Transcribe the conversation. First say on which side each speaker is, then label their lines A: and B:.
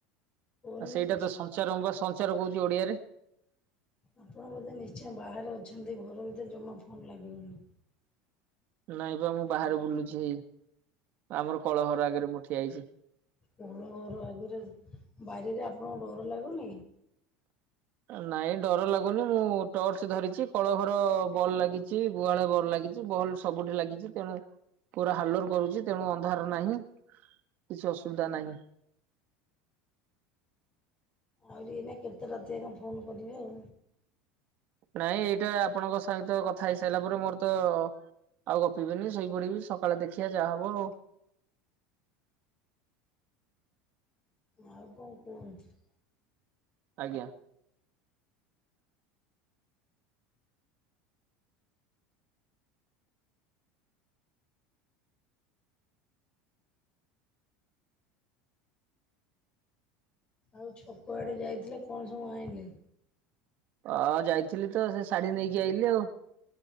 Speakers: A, on the left; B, on the right.
A: ଫୋନରେ
B: ଆଉ ସେଇଟା
A: କିଛି
B: ତ ସଞ୍ଚାର, ମୁଁ ବା ସଞ୍ଚାର କହୁଛି ଓଡିଆରେ।
A: ଆପଣ ବୋଧେ ନିଶ୍ଚୟ ବାହାରେ ଅଛନ୍ତି! ଘର ଭିତରେ ଜମା ଫୋନ୍ ଲାଗିବନି।
B: ନାଇଁ ବା, ମୁଁ ବାହାରେ ବୁଲୁଛି। ଆମର କଳଘର ଆଗରେ ମୁଁ ଠିଆ ହେଇଛି।
A: କୋଳ ଘର ଆଗରେ, ବାରିରେ ଆପଣଙ୍କୁ ଡର ଲାଗୁନି?
B: ନାଇଁ, ଡର ଲାଗୁନି। ମୁଁ ଟର୍ଚ୍ଚ ଧରିଚି, କଳଘର ବଲ୍ ଲାଗି ଚି। ଗୁହାଳେ ବଲ୍ ଲାଗିଚି, ବଲ୍ ସବୁଠି ଲାଗିଚି ତେଣୁ ପୁରା ହାଲୋର କରୁଛି, ତେଣୁ ଅନ୍ଧାର ନାହିଁ, କିଛି ଅସୁବିଧା ନାହିଁ।
A: ଆହୁରି ଏଇନା କେତେ ରାତିଆଁକେ ଫୋନ୍ କରିବେ ଆଉ?
B: ନାଇଁ, ଏଇଟା ଆପଣଙ୍କ ସହିତ କଥା ହେଇସାଇଲା ପରେ, ମୋର ତ ଆଉ ଗପିବିନି। ଶୋଇ ପଡିବି, ସକାଳେ ଦେଖିଆ ଯାହା ହବ ଆଉ।
A: ଆଉ କଣ କୁହନ୍ତୁ?
B: ଆଜ୍ଞା।
A: ଆଉ ଛକଆଡ଼େ ଯାଇଥିଲେ, କଣ ସବୁ ଆଇଁଲେ?
B: ଅ ଯାଇଥିଲି ତ, ସେ ଶାଢୀ ନେଇକି ଆଇଲିି ଆଉ।